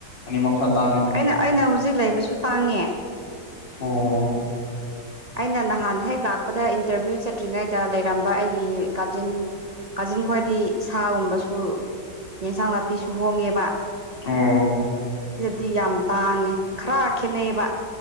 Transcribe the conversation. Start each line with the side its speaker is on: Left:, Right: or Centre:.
Left: ꯑꯅꯤ ꯃꯈꯥ ꯇ
Right: ꯑꯩꯅ ꯑꯩꯅ ꯍꯧꯖꯤꯛ ꯂꯩꯕꯁꯨ ꯇꯥꯡꯉꯦ
Left: ꯑꯣ
Right: ꯑꯩꯅ ꯅꯍꯥꯟ ꯍꯦꯛ ꯂꯥꯛꯄꯗ ꯏꯟꯇꯔꯚꯤꯌꯨ ꯆꯠꯇ꯭ꯔꯤꯉꯩꯗ ꯂꯩꯔꯝꯕ ꯑꯩꯒꯤ ꯀꯥꯖꯤꯟ ꯀꯥꯖꯤꯟ ꯈ꯭ꯋꯥꯗꯤ ꯁꯥꯒꯨꯝꯕꯁꯨ ꯌꯦꯟꯁꯥꯡ ꯅꯥꯄꯤꯁꯨ ꯍꯣꯡꯉꯦꯕ
Left: ꯑꯣ
Right: ꯗꯤ ꯌꯥꯝ ꯇꯥꯡꯉꯦ ꯈꯔ ꯈꯦꯠꯅꯩꯌꯦꯕ